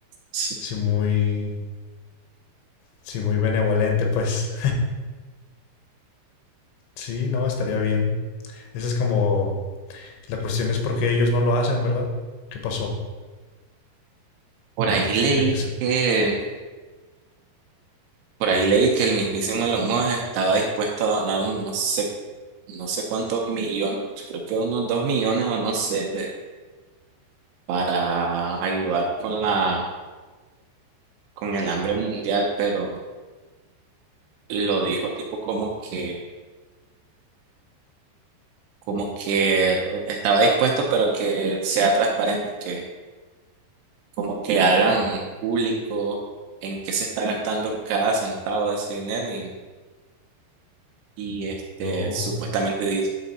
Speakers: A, on the right (about 75°); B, on the left (about 80°).
A: Sí.
B: Así muy... Sí, muy benevolente, pues. Sí, no, estaría bien. Esa es como... La cuestión es por qué ellos no lo hacen, ¿verdad? ¿Qué pasó?
A: Por ahí leí
B: Tenía que ser...
A: que, por ahí leí que el mismísimo Elon Musk estaba dispuesto a donar no sé, no sé cuántos millones, creo que unos dos millones o no sé, de- para ayudar con la, con el hambre mundial, pero lo dijo, tipo como que, como que uh, estaba dispuesto, pero que sea transparente, que como que hagan público en qué se está gastando cada centavo de ese dinero y, y este,
B: No,
A: supuestamente di-